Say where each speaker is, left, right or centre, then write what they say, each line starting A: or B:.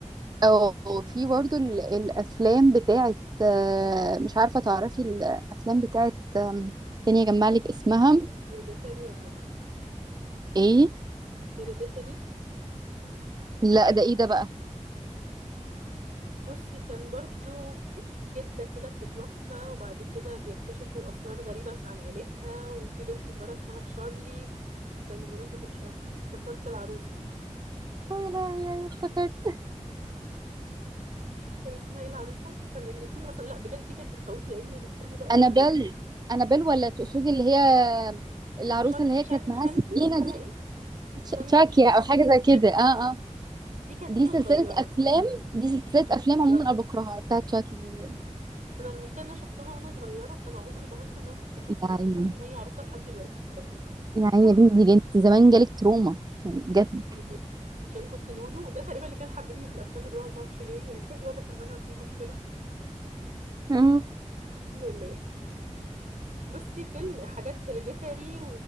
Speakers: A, on the right (about 35°); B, on the right (about 85°).
A: او في برضو ال- الافلام بتاعت آه، مش عارفه تعرفي الافلام بتاعت آم، تاني اجمع لك اسمها
B: هيريديتاري ولا ايه
A: ايه
B: هيريديتاري
A: لا ده ايه ده بقى
B: بصي كان برضو جدة كده بتتوفى وبعد كده بيكتشفوا أسرار غريبة عن عيلتها وفي بنت صغيرة اسمها تشارلي استني بمناسبة تشارلي افتكرت العروسة
A: يا لهوي يعني افتكرت
B: كان اسمها ايه العروسه كان الاتنين اصلا لا بجد دي كانت بتخوفني لان الفيلم ده قديم
A: انابيل انابيل ولا تقصدي اللي هي العروسه
B: شك
A: اللي هي
B: شان
A: كانت معاها
B: شانكي
A: سكينه
B: اسمها
A: دي
B: ايه
A: تش-
B: شانكي
A: تشاكيا او حاجه زي كده
B: شاكي
A: اه اه
B: دي كانت
A: دي
B: وانا
A: سلسله
B: صغيره
A: افلام دي سلسله افلام
B: بالظبط
A: عموما انا بكرهها بتاعت تشاكي دي بجد
B: انا المشكله ان انا شفتها وانا صغيره فانا عمري ما هنسى ان انا كنت بخاف
A: يا
B: منها
A: عيني
B: وبخاف من اي عروسه لحد دلوقتي بسببهم
A: يا عيني
B: <laughs>
A: يا بنتي دي جنتي زمان جالك تروما يعني بجد
B: مم. عشان كنت نونو وده تقريبا اللي كان حببني في الافلام الرعب ما اعرفش ليه يعني <laughs> واضح ان انا في مشكله
A: مم.
B: الحمد لله بصي فيلم حاجات هيريديتاري